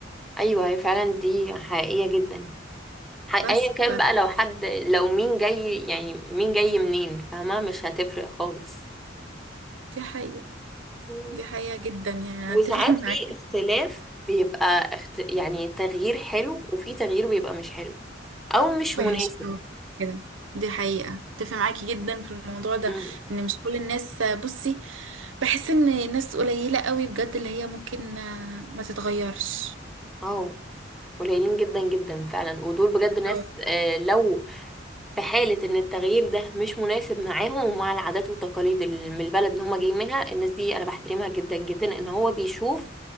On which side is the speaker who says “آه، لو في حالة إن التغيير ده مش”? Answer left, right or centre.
Centre